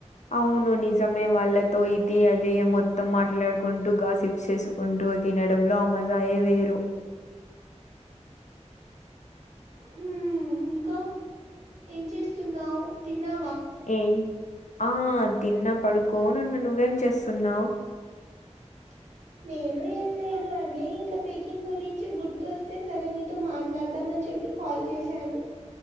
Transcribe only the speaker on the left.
అవును నిజమే వాళ్ళతో ఇది అదే మొత్తం మాట్లాడుకుంటూ గాసిప్ చేసుకుంటూ తినడంలో అమజాయే వేరు
ఏ ఆ తిన్నా పడుకో నన్ను నువ్వేం చేస్తున్నావు్